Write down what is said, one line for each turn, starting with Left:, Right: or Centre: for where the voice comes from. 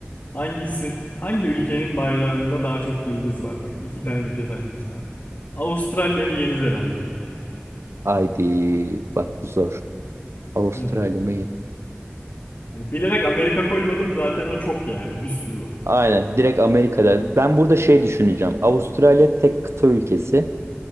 Left: Hangisi, hangi ülkenin bayrağında daha çok yıldız var? Bak iki tane ülke sayacağım sana. Avustralya mı Yeni Zelanda mı?
Right: Haydi bak bu zor. Avustralya
Left: Hadi bakayım.
Right: mı?
Left: Hani bilerek Amerika koymadım zaten o çok yani bir sürü var.
Right: Aynen direkt Amerika'da. Ben burada şey düşüneceğim. Avustralya tek kıta ülkesi.